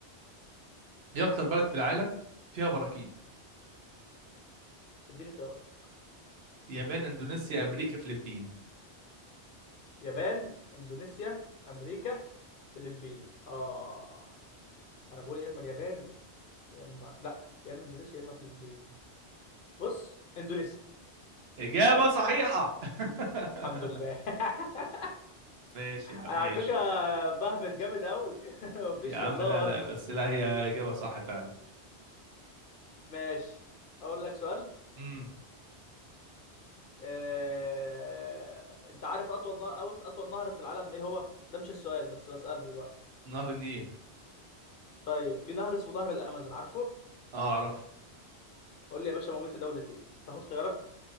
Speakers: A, on the right; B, on the left.
A: ايه اكتر بلد في العالم فيها براكين
B: اديني خياراتك
A: يابان اندونيسيا امريكا فلبين
B: يابان اندونيسيا امريكا فلبين اه انا بقول يا اما اليابان يا اما لا يا اما اندونيسيا يا اما فلبين بص اندونيسيا
A: اجابة صحيحة <laughs>
B: الحمد لله <laughs>
A: ماشي يا عم
B: انا على
A: ماشي
B: فكره بهبت جامد قوي <laughs> مفيش
A: يا عم
B: هزار
A: لا لا بس لا هي اجابة صح فعلا
B: ماشي اقول لك سؤال
A: امم
B: آه... انت عارف اطول نهر أو اطول نهر في العالم ايه هو ده مش السؤال بس بسألك دلوقتي
A: نهر النيل
B: طيب في نهر اسمه نهر الامازون عارفه
A: اه اعرف
B: قول لي يا باشا موجود في دولة ايه تاخد خيارات